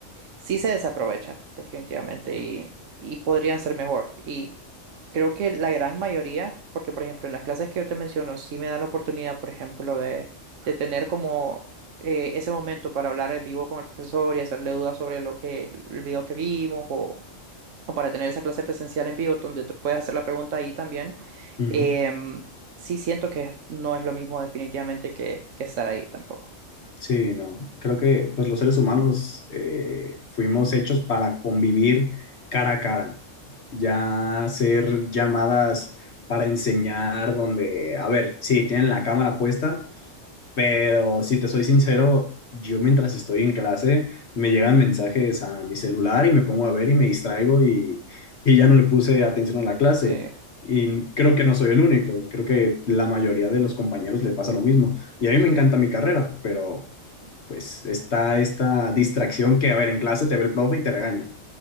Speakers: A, on the right; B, on the left.
A: sí se desaprovecha, definitivamente, y, y podrían ser mejor. Creo que la gran mayoría, porque por ejemplo en las clases que yo te menciono, sí me dan la oportunidad, por ejemplo, de, de tener como eh, ese momento para hablar en vivo con el profesor y hacerle dudas sobre lo que, el video que vimos o, o para tener esa clase presencial en vivo donde tú puedes hacer la pregunta ahí también.
B: ujú.
A: em, sí siento que no es lo mismo definitivamente que, que estar ahí tampoco.
B: Sí, no. Creo que pues los seres humanos eh, fuimos hechos para convivir cara a cara. Ya hacer llamadas para enseñar donde, a ver, sí, tienen la cámara puesta, pero si te soy sincero, yo mientras estoy en clase me llegan mensajes a mi celular y me pongo a ver y me distraigo y, y ya no le puse atención a la clase.
A: Sí,
B: Y creo que no soy el único, creo que la mayoría de los compañeros le pasa lo mismo. Y a mí
A: sí.
B: me encanta mi carrera, pero pues está esta distracción que, a ver, en clase te ve el profe y te regaña.